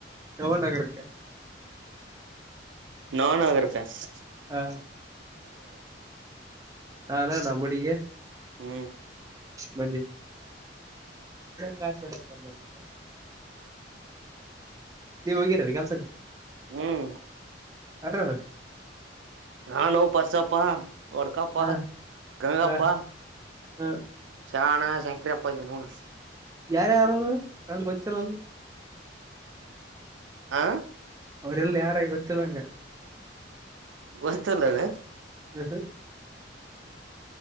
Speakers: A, on the right; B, on the right.
A: ನವ ನಗರಕ್ಕೆ
B: ನಾನು ಆಗರ್ಬೇಕೆ <unintelligible>
A: ಹಾ ನಾನಾ ನಮ್ ಹುಡುಗಿ
B: ಹ್ಮ್
A: ಮಂದಿ ಕಾಸ <unintelligible> ನೀವು ಹೋಗಿರೀ ಕೆಲ್ಸಕ್ಕೆ
B: ಹ್ಮ್
A: ಅ <unintelligible>
B: ನಾನು ಪರ್ಸಪ್ಪಾ ವಡ್ಕಪ್ಪ
A: ಹಾ
B: ಗಂಗಪ್ಪಾ
A: ಹಾ ಹಾ
B: ಶಾಣ ಸಂಕ್ರ ಅಪ್ಪದ ಮೂನು
A: ಯಾರ ಯಾರದು ನನ್ಗೆ ಗೊತ್ತಿರಲ್ಲ
B: ಹಾ
A: ಅವರೆಲ್ಲ ಯಾರ ಗೊತ್ತಿಲ್ಲ ನಂಗೆ
B: ಗೋತಿಲೇನ
A: ಹ್ಮ್ ಹ್ಮ್ <inaudible>